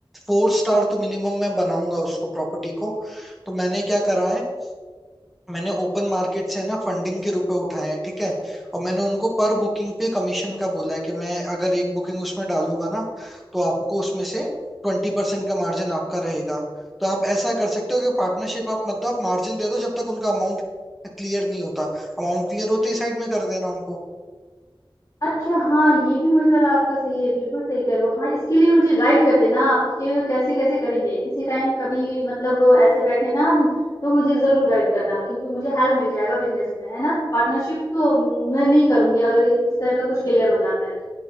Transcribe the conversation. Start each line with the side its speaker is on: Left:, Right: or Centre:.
Centre: फोर स्टार तो मिनिमम मैं बनाऊंगा उसको प्रॉपर्टी को तो मैंने क्या करा है मैंने ओपन मार्केट से है ना फंडिंग के रुपए उठाए हैं ठीक है और मैंने उनको पर बुकिंग पे कमीशन का बोला है कि मैं अगर एक बुकिंग उसमें डालूंगा ना तो आपको उसमें से ट्वेंटी परसेंट का मार्जिन आपका रहेगा तो आप ऐसा कर सकते हो कि पार्टनरशिप आप मतलब आप मार्जिन दे दो जब तक उनका अमाउंट क्लियर नहीं होता अमाउंट क्लियर होते ही साइड में कर देना उनको
Left: अच्छा हाँ ये भी मशवरा आपका सही है बिल्कुल सही करो हाँ इसके लिए मुझे गाइड कर देना आपके कैसे कैसे करेंगे किसी टाइम कभी मतलब वो ऐसे बैठे ना हम तो मुझे जरूर गाइड करना क्योंकि मुझे हेल्प मिल जाएगा बिजनेस में है ना पार्टनरशिप तो मैं नहीं करूंगी अगर इस तरह का कुछ क्लियर हो जाता है तो